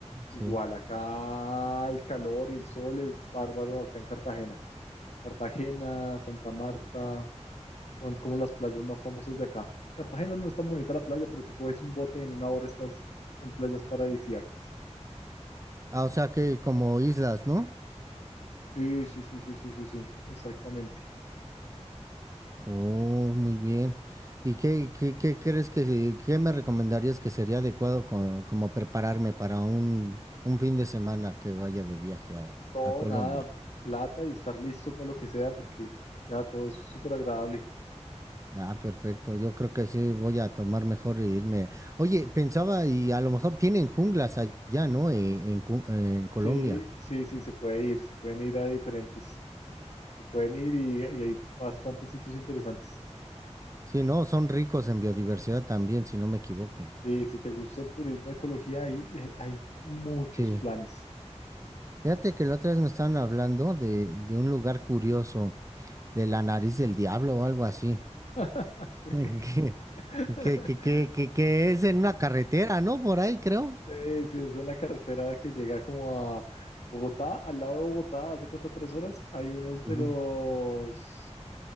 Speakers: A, on the right; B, on the left.
A: Sí.
B: igual, acá el calor y el sol es bárbaro acá en Cartagena. Cartagena, Santa Marta, Son como las playas más famosas de acá. Cartagena no es tan bonita la playa, pero tú coges un bote y en una hora estás en playas paradisíacas.
A: Ah, o sea que como islas, ¿no?
B: Sí, sí, sí, sí, sí, sí, sí, exactamente.
A: Oh, muy bien. ¿Y qué, qué, qué crees que se- qué me recomendarías que sería adecuado co- como prepararme para un, un fin de semana que vaya de viaje a,
B: No,
A: a Colombia?
B: nada, plata y estar listo para lo que sea, porque ya todo es súper agradable.
A: Ah, perfecto. Yo creo que sí voy a tomar mejor e irme. Oye, pensaba y a lo mejor tienen junglas allá, ¿no? Eh, En, Cu- en Colombia.
B: Sí, sí, sí, se puede ir, se pueden ir a diferentes, se pueden ir y, y hay bastantes sitios interesantes.
A: Sí, no, son ricos en biodiversidad también, si no me equivoco.
B: Sí, si te gusta el turismo, ecología, hay, eh, hay muchos
A: Sí.
B: planes.
A: Fíjate que la otra vez me estaban hablando de, de un lugar curioso, de la nariz del diablo o algo así.
B: <laughs> Sí.
A: <laughs>
B: <laughs>
A: Que, que, que, que, que- que es en una carretera, ¿no? Por ahí, creo.
B: Sí, sí, es en la carretera que llega como a Bogotá, al lado de Bogotá, hace cuenta tres horas, hay unos de
A: Ujú,
B: los